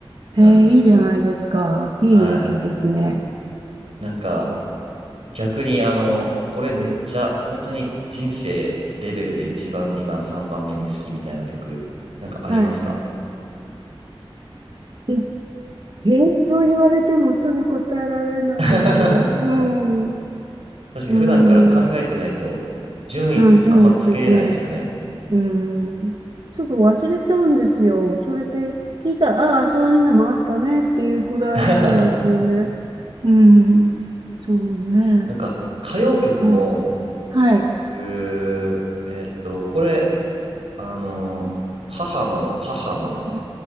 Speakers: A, on the right (about 60°); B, on the right (about 85°).
A: ええ、
B: なんですけど、
A: いいじゃないですか。いい影響ですね。
B: はい。なんか、逆にあの、これめっちゃ本当に人生レベルで一番、二番、三番目に好きみたいな曲、なんかありますか
A: はい。いやええ、そう言われてもすぐ答えられないな。
B: <laughs>
A: うん。
B: 確かに普段から考えてないと順位ってあんまつけれないですよね。
A: うん。あ、そうですね。うん。すぐ忘れちゃうんですよ。それで聞いたら、ああ、そういうのもあったねっていうくらいなんですよね。
B: <laughs>
A: うん。そうね。
B: なんか歌謡曲も、
A: え、はい。
B: うーえっと、これ、あの、母の、母の
A: え、